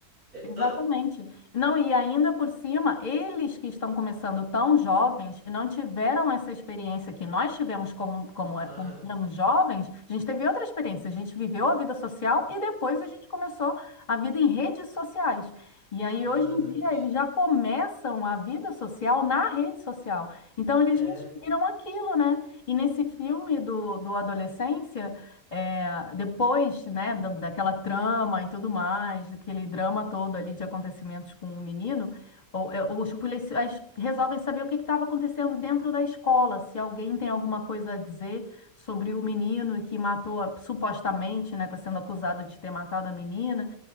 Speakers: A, on the right (about 75°); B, on the left (about 30°).
A: é,
B: Exatamente.
A: hã?
B: Não, e ainda por cima, eles que estão começando tão jovens e não tiveram essa experiência que nós tivemos como, como, é-
A: Aham,
B: quando éramos jovens, a gente teve outra experiência, a gente viveu a vida social e depois a gente começou a vida em redes sociais. E aí,
A: exatamente.
B: hoje em dia, eles já começam a vida social na rede social. Então, eles
A: É,
B: respiram aquilo, né? E nesse filme do, do Adolescência. É, depois, né, da- daquela trama e tudo mais, aquele drama todo ali de acontecimentos com o menino, o- é, os policiais resolvem saber o que estava acontecendo dentro da escola, se alguém tem alguma coisa a dizer sobre o menino que matou, a- supostamente, né, está sendo acusado de ter matado a menina.